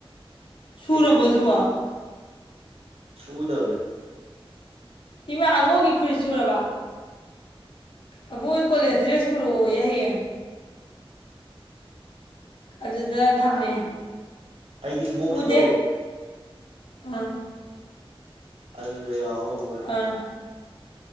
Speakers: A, on the left; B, on the right.
A: ꯁꯨꯔꯕꯣ
B: ꯑꯦꯟ ꯁꯤ ꯁꯤꯒꯤ
A: ꯑꯗꯨꯕꯣ
B: ꯁꯨꯗꯝꯅꯤ
A: ꯏꯃꯥ ꯑꯉꯣꯒꯤ ꯐꯨꯔꯤꯠ ꯁꯨꯔꯕ ꯑꯕꯨꯉꯣꯒꯤ ꯀꯣꯂꯦꯖ ꯗ꯭ꯔꯦꯁ ꯄꯨꯔꯛ ꯑꯣ ꯌꯦ ꯍꯥꯌꯦꯡ ꯑꯗꯨꯗ ꯊꯝꯃꯦ
B: ꯑꯩꯒꯤ ꯕꯣꯛꯁꯇꯣ
A: ꯄꯨꯗꯦ ꯑꯥ
B: ꯑꯗꯨꯗ ꯌꯥꯍꯧꯕꯅꯦ
A: ꯑꯥ